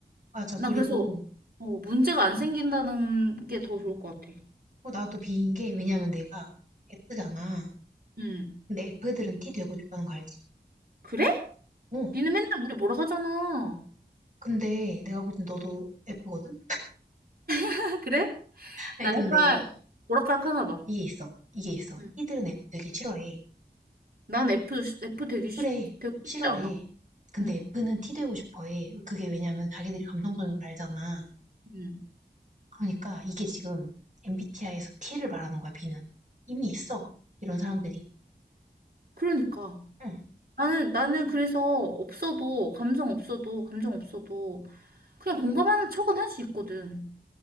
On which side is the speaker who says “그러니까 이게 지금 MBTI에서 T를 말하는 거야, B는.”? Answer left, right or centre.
Right